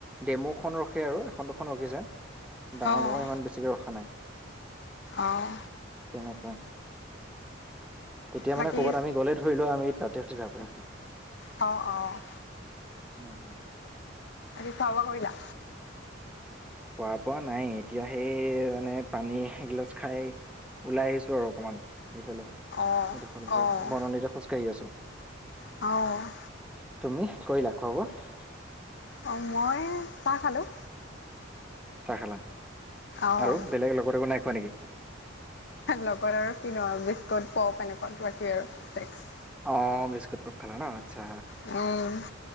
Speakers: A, in the centre; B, on the left.
A: ডেমু খন ৰখে আৰু এখন দুখন ৰখিছে ডাঙৰ
B: অ',
A: ডাঙৰ ইমান বেছিকে ৰখা নাই।
B: অহ।
A: তেনেকুৱা, তেতিয়া
B: বাকী
A: মানে কৰ'বাত আমি গ'লে ধৰিলোৱা, আমি তাতে এৰি থৈ যাব পাৰিম।
B: অ', অ'।
A: <unintelligible>
B: আজি খোৱা বোৱা কৰিলা?
A: খোৱা বোৱা নাই, এতিয়া সেই মানে পানী এগিলাচ খাই ওলাই আহিছো আৰু অকমান এইফালে। এইডোখৰলৈকে,
B: অ', অ',
A: বননিতে খোজকাঢ়ি আছো।
B: অ'।
A: তুমিহ কৰিলা খোৱা বোৱা?
B: অ', মই চা খালোঁ।
A: চাহ খালা,
B: অ',
A: আৰু বেলেগ লগত একো নাইখোৱা নেকি?
B: লগত আৰু কিনো আৰু বিস্কুট, পপ এনেকুৱা কিবা কিবি আৰু <unintelligible>
A: অ', বিস্কুট পপ খালা ন, আচ্ছা।
B: অ'।